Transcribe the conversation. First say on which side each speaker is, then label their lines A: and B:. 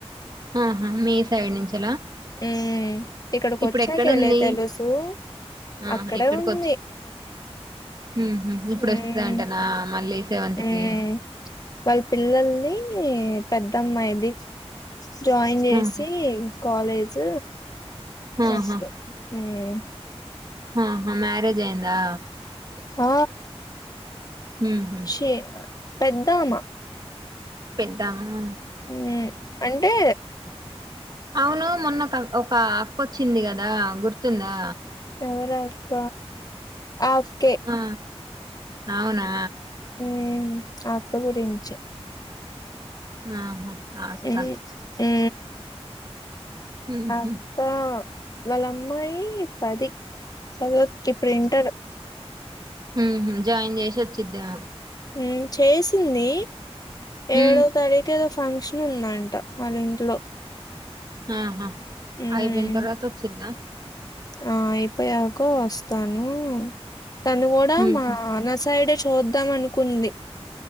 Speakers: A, on the right (about 40°); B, on the left (about 35°).
A: ఆహా మే సైడ్ నుంచి
B: ఉమ్ ఇక్కడికి
A: ఇప్పుడు
B: వచ్చాకెలే
A: ఎక్కడ ఉంది
B: తెలుసు
A: ఆహా
B: అక్కడే
A: ఎక్కడికి
B: ఉంది
A: వచ్చి ఉహు ఇప్పుడు
B: ఉమ్
A: వస్తుంది అంట నా మళ్ళీ సెవెంత్
B: ఉమ్
A: కి
B: వాళ్ళ పిల్లల్ని పెద్దమ్మాయిది జాయిన్ చేసి
A: ఆహా
B: వెజ్ వొస్తే
A: ఆహా
B: ఉమ్
A: ఆహా మ్యారేజ్ అయిందా
B: ఆ
A: ఉహు
B: శే పెద్ద ఆమె
A: పెద్ద ఆమె
B: ఉ అంటే
A: అవును మొన్న ఒక అక్కొచ్చింది కదా గుర్తుందా
B: ఎవరు అక్క ఆ అక్కే
A: ఆ అవునా
B: ఉమ్ అక్క గురించి
A: ఆహా ఆ అక్క
B: ఈ ఊ
A: ఉహు
B: అక్క వాళ్ళ అమ్మాయి పది పదో ఇప్పుడు ఇంటర్
A: ఉహూ జాయిన్ చేసి వచ్చిందేమో
B: ఉమ్ చేసింది ఏడో
A: ఉ
B: తారీఖు ఫంక్షన్ ఉందంట వాళ్ళ ఇంట్లో
A: ఆహా
B: ఉమ్
A: అయిపోయిన తర్వాత వచ్చిందా
B: ఆ అయిపోయాక వస్తాను తను కూడా
A: ఉహు
B: మా అన్న సైడ్ చూద్దాం అనుకుంది